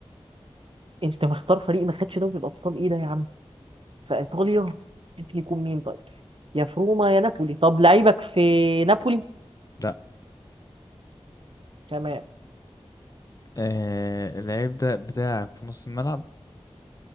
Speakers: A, on the right (about 60°); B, on the left (about 35°).
A: انت مختار فريق ما خدش دوري الابطال ايه ده يا عم في ايطاليا ممكن يكون مين طيب يا فروما يا نابولي طب لعيبك في نابولي
B: لا
A: تمام
B: آه اللعيب ده بتاعك في نص الملعب